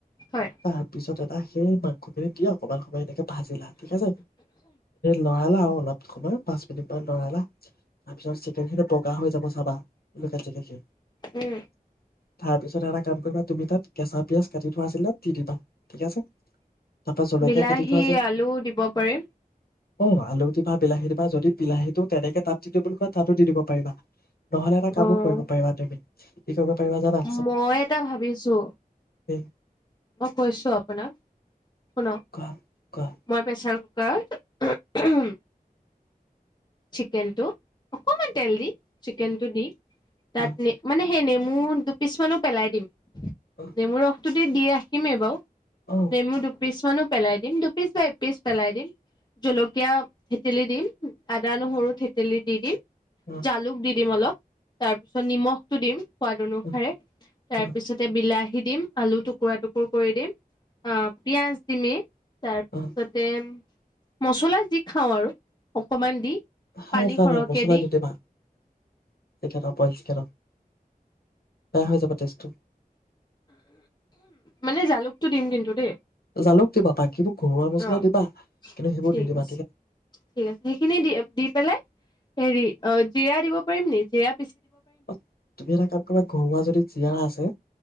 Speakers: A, on the left; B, on the left.
A: হয়
B: তাৰপিছত তা সেই মাংসখিনি দিিয় অকনমান সময় এনেকে বাজে ল ঠিক আছে লৰাইলা অলপ সময় পাঁচ মিনিট মান লৰাইলা তাৰ পিছত চিকেন খিনি বগা হৈ যাব চাবাাখি
A: উম
B: তাৰ পিছত এটা কাম কৰিবা তুমি তাত কেঁচা পিয়াজ কাটি থোৱা আছিল ন দি দিবা ঠিক আছে তাৰপৰা জলকীয়া
A: বিলাহী
B: কাটি থোৱা আছে
A: আলু দিব পাৰিম
B: অ আলু দিবা বিলাহী দিবা যদি বিলাহীটো তেনেকে তাত দি দিওঁ বুলি কয় তাতো দি দিব পাৰিবা নহ'লে এটা কামো
A: অ',
B: কৰিব পাৰিবা তুমি কি কৰিব পাৰিবা জাদা
A: মই এটা ভাবিছো
B: এই
A: মই কৈছো আপোনাক
B: কোৱা কোৱা
A: মই প্ৰেচাৰ ক চিকেন টো অকমান তেল দি চিকেন টো দি তাত
B: অ
A: মানে সেই নেমু মোৰ দুপিছ মানো পেলাই দিম
B: অ
A: নেমুৰ ৰসটোত দি ৰাখিমেই বাৰু।
B: অ
A: নেমু দুপিছ। কিমানমানো পেলাই দিম! দুপিচ বা এপিচ পেলাই দিম। জলকীয়া, তেতেলী দিম। আদা, নহৰু থেতেলি দি দিম।
B: অ অ
A: জালুক দি দিম অলপ। তাৰ পিছত নিমখ টো দিম। সোৱাদ অনুসাৰে।
B: অ
A: তাৰপিছতে
B: অ
A: বিলাহ দি দিম আলু টুকুৰা টুকুৰ কৰি দিম। অ', পিয়াজ তিমি তাৰপিছতে
B: অ
A: মচলা যি খাওঁ আৰু। সমান দি।
B: হা
A: পানী
B: ত
A: সৰহকে
B: না মছলা
A: দি
B: দিদি ভাত চিকন পইল চিকেন বেয়া হৈ যাব টেজটো।
A: মানে জালুকটো দিম কিন্তু দেই।
B: জালুক দিবা বাকীবোৰ ঘৰুৱা মছলা
A: অ',
B: দিবা কিন্তু সেইবোৰ
A: ঠিক
B: নিদিবা
A: আছে, ঠিক আছে সেইখিনি দি দি পেলাই হেৰি অ', জিৰা দিব পাৰিম নেকি? দিয়া।
B: অ', তুমি এটা কাম কৰিবা ঘৰুৱা যদি জীৰা আছে।